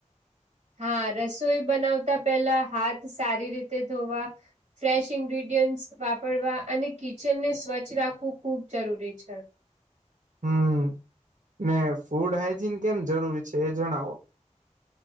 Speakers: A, on the right; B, on the right.
A: હા રસોઈ બનાવતા પેલા હાથ સારી રીતે ધોવા ફ્રેશ ઇન્ગ્રીડિયન્ટ વાપરવા અને કિચનને સ્વસ્છ રાખવું ખુબ જરૂરી છે.
B: હમ્મ ને ફૂડ હાઈજીન કેમ જરૂરી છે એ જણાવો?